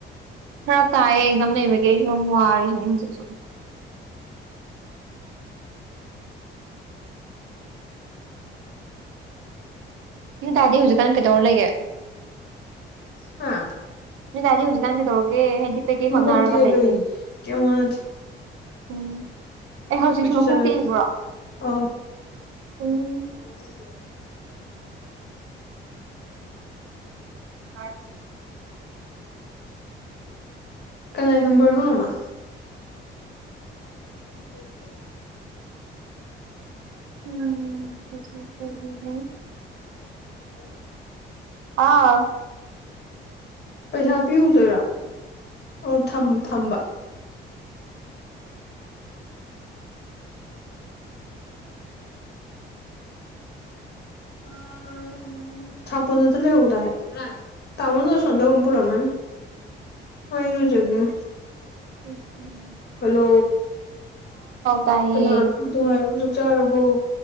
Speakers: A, on the right; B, on the left.
A: ꯈꯔ ꯇꯥꯏꯌꯦ ꯑꯦꯛꯖꯥꯝ ꯂꯩꯕꯒꯤ ꯑꯩꯁꯨ ꯌꯥꯝ ꯋꯥꯔꯤꯁꯤꯅꯤ ꯍꯧꯖꯤꯛꯁꯨ <unintelligible> ꯇꯥꯗꯤ ꯍꯧꯖꯤꯛꯀꯥꯟ ꯀꯩꯗꯧꯔ ꯂꯩꯒꯦ
B: ꯍꯥ
A: ꯅꯣꯏ ꯗꯥꯗꯤ ꯍꯧꯖꯤꯛꯀꯥꯟ ꯀꯩꯗꯧꯔꯒꯦ ꯍꯥꯏꯗꯤ ꯀꯩꯀꯩ
B: ꯃꯈꯣꯡ
A: ꯍꯣꯠꯅꯔꯒ
B: ꯇꯦꯛꯑ
A: ꯂꯩꯒꯦ
B: ꯂꯩꯔꯤ ꯀꯩꯝ ꯍꯣꯠꯅꯗꯦ
A: ꯎꯝ ꯑꯦ ꯍꯧꯖꯤꯛꯁꯨ
B: ꯀꯣꯏꯆꯠ
A: ꯃꯈꯣꯡ
B: ꯆꯠꯂꯨꯔꯦ
A: ꯇꯦꯛꯏꯕ꯭ꯔꯣ
B: ꯑꯧ
A: ꯎꯝ
B: <unintelligible>
A: <unintelligible>
B: ꯀꯅꯥꯏ ꯅꯝꯕꯔꯅꯣꯃ <unintelligible>
A: UNINTELLIGIBLE
B: <inaudible>
A: ꯍꯥꯎ
B: ꯄꯩꯁꯥ ꯄꯤꯌꯨꯗꯣꯏꯔꯣ ꯑꯣ ꯊꯝ ꯊꯝꯕ ꯑꯥ ꯎꯝ ꯁꯥꯄꯣꯟ ꯑꯗꯨ ꯂꯩꯍꯧꯗꯥꯏ <unintelligible> ꯇꯥꯃꯣꯅ ꯑꯁꯣꯝꯗ ꯑꯃꯨꯛ ꯄꯨꯔꯝꯃꯅꯤ ꯃꯥ ꯏꯔꯨꯖꯒꯤꯕꯅꯦ
A: UNINTELLIGIBLE
B: ꯍꯜꯂꯣ
A: ꯇꯥꯏꯌꯦ
B: ꯀꯅꯥ ꯅꯨꯡꯉꯥꯏꯔꯤꯕꯣ ꯆꯥꯛ ꯆꯥꯔꯕꯣ